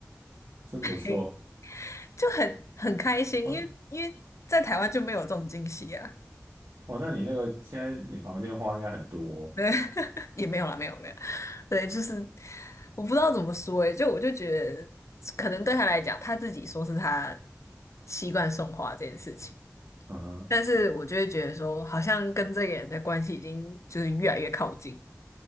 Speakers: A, on the right; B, on the left.
A: 真不错。
B: 嘿就很很开心，
A: 哇
B: 因为因为在台湾就没有这种惊喜啊。
A: 哇，那你那个现在你房间花应该很多
B: 对，<laughs> 也没有啦，没有没有，对，就是我不知道怎么说诶，就我就觉得，可能对他来讲，他自己说是他习惯送花这件事情，
A: 哦嗯哼，
B: 但是我就会觉得说，好像跟这个人的关系已经就是越来越靠近，